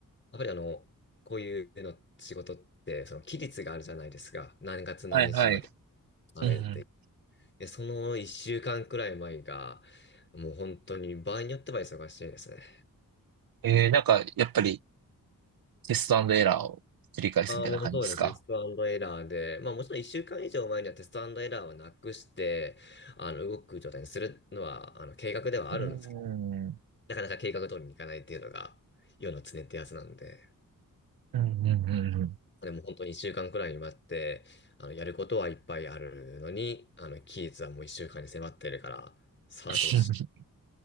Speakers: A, on the left; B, on the right.
A: っぱりあの、こういうの仕事って、その期日があるじゃないですか。何月何日まで
B: はいはい。
A: 食べるって。
B: うんうん。
A: で、その1週間くらい前が、もう本当に場合によっては忙しいですね。
B: えー、なんかやっぱりテストエラーを繰り返すみたいな感じですか
A: ああ、もうそうですね。テストエラーで、まあもちろん1週間以上前にはテストエラーはなくして、あの、動く状態にするのは、あの、計画ではあるんですけど、
B: うん。
A: なかなか計画通りにいかないっていうのが、世の常ってやつなんで。
B: うんうんうんうん。
A: でも本当に1週間くらいに待って、あの、やることはいっぱいあるのに、あの、期日はもう1週間に迫ってるから、さあどうし、
B: <laughs>